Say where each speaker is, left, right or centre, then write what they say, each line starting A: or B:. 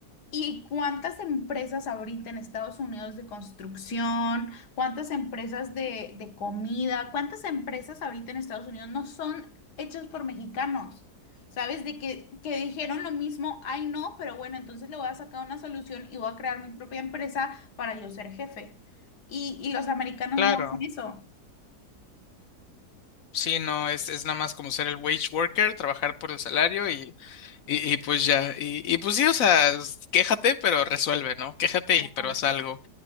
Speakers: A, on the left; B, on the left.
A: ¿Y cuántas empresas ahorita en Estados Unidos de construcción, cuántas empresas de, de comida, cuántas empresas ahorita en Estados Unidos no son hechas por mexicanos? ¿Sabes? De que, que dijeron lo mismo, ay no, pero bueno, entonces le voy a sacar una solución y voy a crear mi propia empresa para yo ser jefe. Y, y los americanos
B: Claro.
A: no hacen eso.
B: Sí, no, es, es nada más como ser el wage worker, trabajar por el salario y, y, y pues ya. Y, y pues sí, o sea, s- quéjate, pero resuelve, ¿no? Quéjate
A: Claro.
B: y pero haz algo.